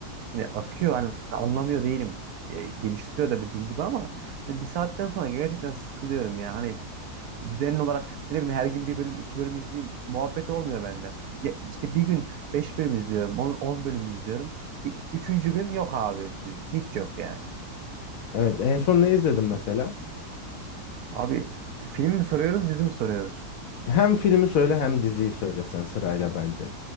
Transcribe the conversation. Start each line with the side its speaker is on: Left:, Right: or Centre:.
Right: Hani akıyor hani anlamıyor değilim. E, geliştiriyor da dediğin gibi ama hani bir saatten sonra gerçekten sıkılıyorum ya. Hani düzenli olarak ne bileyim her gün bir bölüm iki bölüm izleyeyim muhabbet olmuyor bende. Ya işte bir gün beş bölüm izliyorum. On, on bölüm izliyorum. İ- Üçüncü gün yok abi dizi. Hiç yok yani.
Left: Evet en son ne izledin mesela?
Right: Abi film mi soruyoruz dizi mi soruyoruz?
Left: Hem filmi söyle hem diziyi söyle sen sırayla bence.